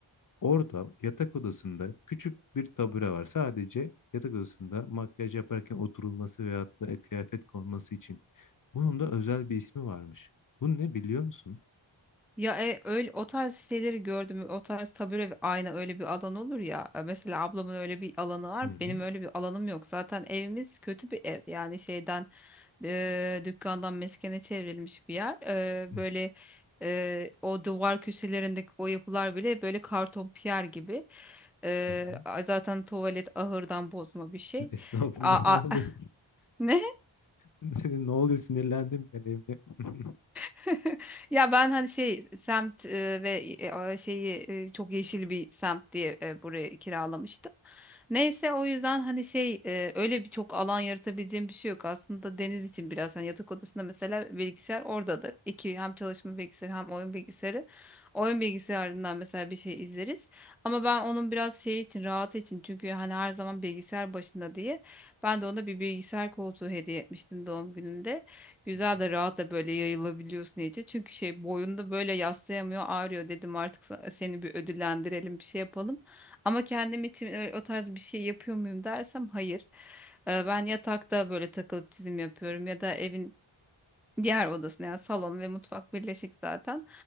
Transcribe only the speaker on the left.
orada yatak odasında küçük bir tabure var. Sadece yatak odasında makyaj yaparken oturulması veyahut da kıyafet konması için. Bunun da özel bir ismi varmış. Bu ne biliyor musun?
Hı hı.
Hı
hı. hı.
<laughs> Estağfurullah
ne oluyor?
<laughs> Ne oluyor sinirlendim ben evde. <laughs>
Hı hı.